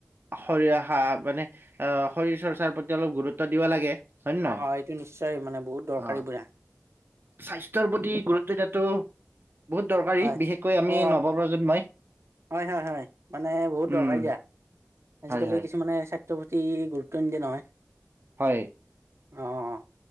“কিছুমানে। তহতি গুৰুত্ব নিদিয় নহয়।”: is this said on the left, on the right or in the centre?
Right